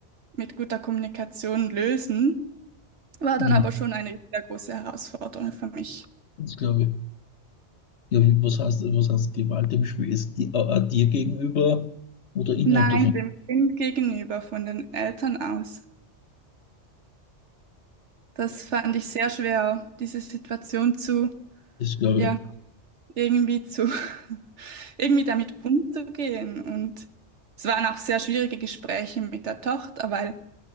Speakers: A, on the right (about 85°); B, on the left (about 75°).
A: mit guter Kommunikation lösen. War
B: Hm.
A: dann aber schon eine sehr große Herausforderung für mich.
B: das glaube ich. Ja, wie, was heißt, was heißt Gewalt im Spiel? Ist die auch auch dir gegenüber oder innerhalb
A: Nein,
B: der Familie?
A: dem Kind gegenüber, von den Eltern aus. Das fand ich sehr schwer, diese Situation zu,
B: Das glaube
A: ja, irgendwie zu, <laughs> irgendwie damit umzugehen. Und es waren auch sehr schwierige Gespräche mit der Tochter, weil